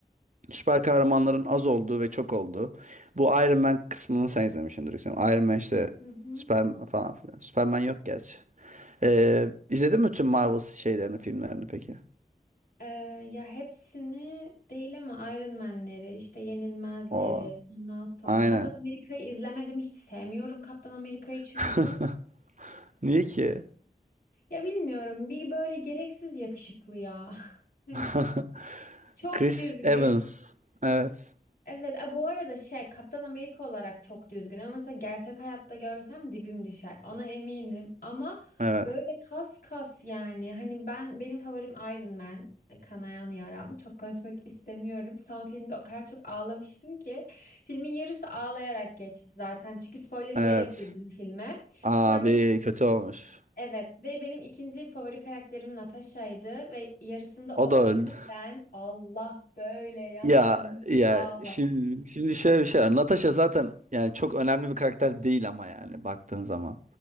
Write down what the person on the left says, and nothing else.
Hı hı.
Ee, ya hepsini değil ama Iron Man'leri, işte Yenilmezleri,
ondan sonra
Kaptan Amerika'yı izlemedim. Hiç sevmiyorum Kaptan Amerika'yı çünkü.
Ya bilmiyorum bir böyle gereksiz yakışıklı ya. <laughs> Hani
çok
düzgün.
Evet, e, bu arada şey Kaptan Amerika olarak çok düzgün ama mesela gerçek hayatta görsem dibim düşer. Ona eminim ama
böyle kas kas yani hani ben benim favorim Iron Man. e, Kanayan yaram. Çok konuşmak istemiyorum. Son filmde o kadar çok ağlamıştım ki. Filmin yarısı ağlayarak geçti zaten. Çünkü spoiler yiyerek
girdim filme.
Sonra benim,
evet ve benim ikinci favori karakterim Natasha'ydı ve yarısında o
öldü.
Ben Allah böyle yani
nasıl
ağla.